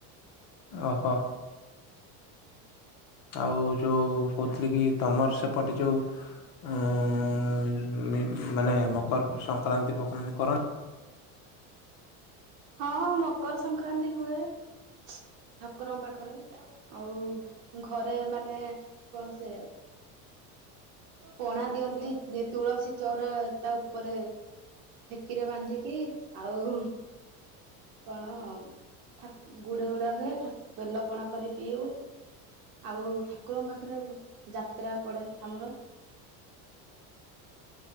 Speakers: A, on the left; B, on the right.
A: ଓହୋ। ଆଉ ଯେଉଁ କହୁଥିଲି କି ତମର ସେପଟେ ଯେଉଁ ଏଁ ଏଁ ମାନେ ମକର ସଂକ୍ରାନ୍ତି ଭକ୍ରାନ୍ତି କରନ୍ତି?
B: ହଁ ମକର ସଂକ୍ରାନ୍ତି ହୁଏ ଠାକୁରଙ୍କ ପାଖରେ। ଆଉ ଘରେ ମାନେ କଣ ସେ ପଣା ଦିଅନ୍ତି ତୁଳସୀ ଚଉରା ତା ଉପରେ ଠେକିରେ ବାନ୍ଧିକି ଆଉ କଣ ଠାକ୍ ଗୁଡ଼ ଉଡ଼ା ହୁଏ ଠାକ୍ ବେଲପଣା କରି ପିଉ ଆଉ ଠାକୁରଙ୍କ ପାଖରେ ଯାତ୍ରା ପଡ଼େ ଆମର